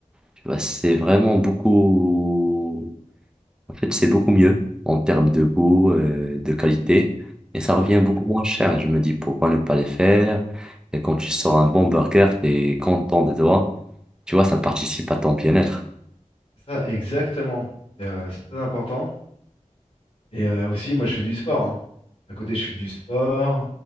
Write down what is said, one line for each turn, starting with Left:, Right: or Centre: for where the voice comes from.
Centre: Tu vois, c'est vraiment beaucoup. En fait, c'est beaucoup mieux en termes de goût, euh, de qualité. Et ça
Left: à
Centre: revient
Left: fait.
Centre: beaucoup moins cher. Je me dis pourquoi ne pas les faire. Et quand tu sors un bon burger, t'es content de toi. Tu vois, ça participe à ton bien-être.
Left: Ça, exactement. C'est euh, c'est très important. Et euh, aussi, moi, je fais du sport. hein. À côté, je fais du sport.